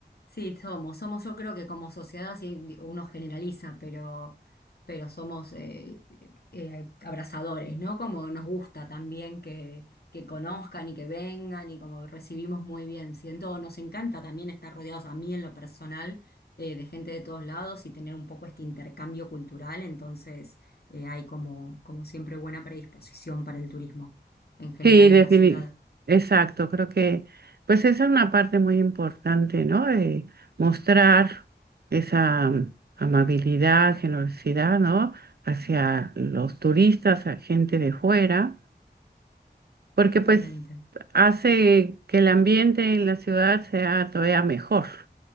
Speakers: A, on the left; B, on the right.
A: Sí, somos, somos yo creo que como sociedad sí, di- uno generaliza, pero, pero somos eh, eh, abrazadores, ¿no? Como nos gusta también que, que conozcan y que vengan y como recibimos muy bien. Siento, nos encanta también estar rodeados a mí en lo personal eh, de gente de todos lados y tener un poco este intercambio cultural, entonces eh, hay como, como siempre buena predisposición para el turismo en general
B: Sí,
A: en
B: definitivamente.
A: la ciudad.
B: Exacto, creo que pues esa es una parte muy importante, ¿no? Eh, mostrar esa mm, amabilidad, generosidad, ¿no? Hacia los turistas, a gente de fuera, porque
A: Totalmente.
B: pues hace que el ambiente en la ciudad sea todavía mejor.